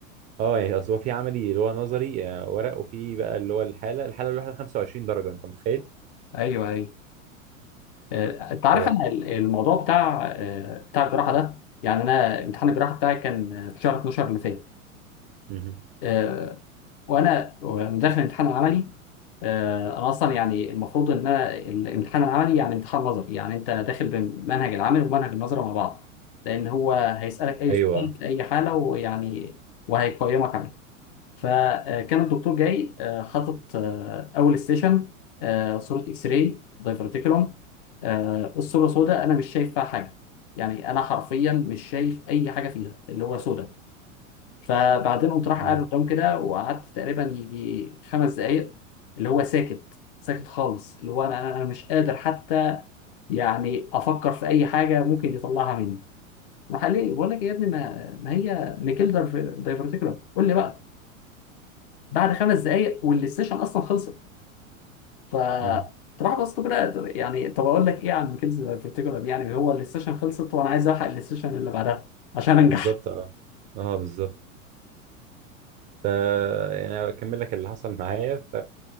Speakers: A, on the right (about 20°); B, on the left (about 40°).
A: اه يعني اصل هو في عملي اللي هو نظري آه، ورق وفي بقى اللي هو الحاله الحاله الواحده 25 درجه انت متخيل
B: ايوه ايوه آه، انت عارف
A: آه.
B: انا ال- الموضوع بتاع آه، بتاع الجراحه ده يعني انا امتحان الجراحه بتاعي كان في شهر 12 اللي فات
A: مهم.
B: آه، وانا وأنا داخل الامتحان العملي آه، انا اصلا يعني المفروض ان انا الامتحان العملي يعني امتحان نظري يعني انت داخل بمنهج العمل ومنهج النظري مع بعض لان هو هيسالك اي
A: ايوه
B: سؤال في اي حاله ويعني وهيقيمك عليه فكان الدكتور جاي آه، حاطط آه، اول ستيشن آه، صوره اكس راي دايفرتيكولوم آه، الصوره سوداء انا مش شايف فيها حاجه يعني انا حرفيا مش شايف اي حاجه فيها اللي هو سوداء فبعدين قمت راح
A: مم.
B: قاعد قدام كده وقعدت تقريبا يجي خمس دقائق اللي هو ساكت ساكت خالص اللي هو انا انا أنا مش قادر حتى يعني افكر في اي حاجه ممكن يطلعها مني راح قال لي بقول لك يا ابني ما ما هي ميكيل دايفرتيكولوم قول لي بقى بعد خمس دقايق والسيشن اصلا خلصت ف
A: مم.
B: تروح بس كده يعني طب اقول لك ايه عن ميكيلز فيرتيجرال يعني هو السيشن خلصت وانا عايز الحق السيشن اللي بعدها عشان انجح
A: بالظبط اه اه بالظبط ف يعني أنا اكمل لك اللي حصل معايا